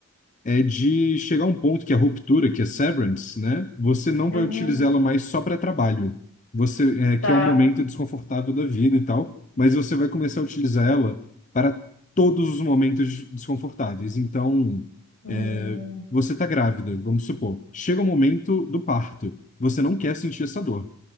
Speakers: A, on the left; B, on the left.
A: é de chegar a um ponto que é a ruptura, que é severance, né? Você não
B: Uhum.
A: vai utilizar ela mais só para trabalho. Você, é, que
B: Tá.
A: é um momento desconfortável da vida e tal, mas você vai começar a utilizar ela para todos os momentos desconfortáveis. Então,
B: Hum,
A: é, você está grávida, vamos supor. Chega o momento do parto. Você não quer sentir essa dor.